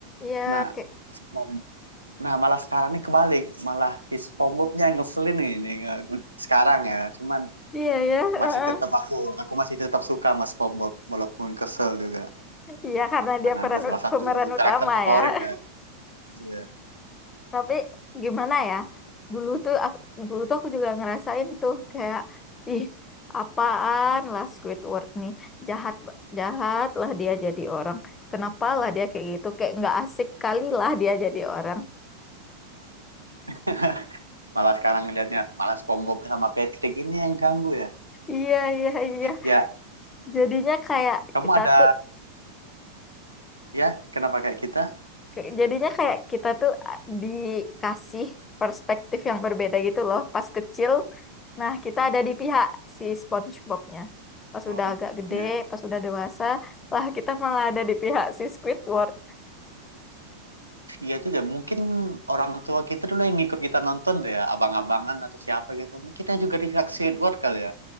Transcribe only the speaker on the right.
Nah,
spom- nah malah sekarang nih kebalik, malah si SpongeBobnya yang ngeselin nih, nih nge- sekarang ya. Cuman
masih
tetap aku aku masih tetap suka sama SpongeBob walaupun kesel juga
karena
ada salah satu
karakter favorit
ya. Iya.
<laughs> Malah sekarang ngelihatnya malah SpongeBob sama Patrick ini yang ganggu ya.
Ya,
kamu
ada
ya kenapa kayak kita?
Oh,
ya.
Iya juga, mungkin orang tua kita dulu yang ngikut kita nonton tuh ya, abang-abangan atau siapa gitu. Mungkin Kita juga di pihak Squidward kali ya.